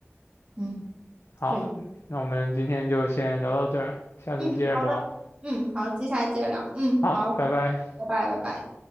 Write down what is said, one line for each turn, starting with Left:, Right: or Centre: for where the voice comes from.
Right: 嗯，
Left: 好，
Right: 对。
Left: 那我们今天就先聊到这儿，下次接着聊。
Right: 嗯，好的，嗯，好，接下来接着聊，嗯，
Left: 好，
Right: 好，
Left: 拜拜。
Right: 拜拜，拜拜。